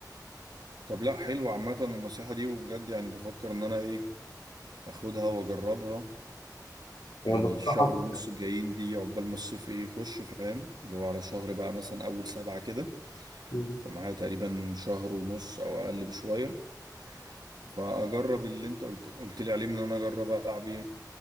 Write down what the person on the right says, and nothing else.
طب لا حلو عامة النصيحة دي وبجد يعني بفكر ان انا ايه اخدها واجربها
يعني الشهر
ونص الجايين دي عقبال ما الصيف ايه يخش فاهم اللي هو على شهر بقى مثلا اول سبعة كده
فمعايا تقريبا شهر ونص او اقل بشوية فاجرب اللي انت قلت قلت لي عليه من ان انا اجرب العب ايه